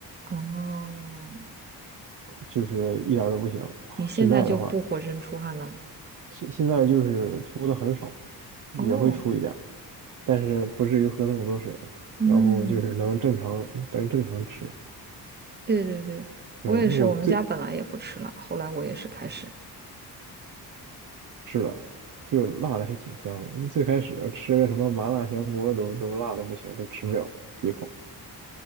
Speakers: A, on the right; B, on the right.
A: 哦，
B: 就是一点儿都不行。
A: 你现在就不浑身出汗了？
B: 现在的话，现现在就是出的很少，也会出一点儿，
A: 哦，
B: 但是不至于喝那么多水了。
A: 嗯，
B: 然后就是能正常能正常吃。
A: 对对对，
B: 对，
A: 我也是，
B: 因为我最
A: 我们家本来也不吃辣，后来我也是开始，
B: 是的，就辣的还挺香的。最开始吃个什么麻辣香锅都都辣的不行，都吃不了几口。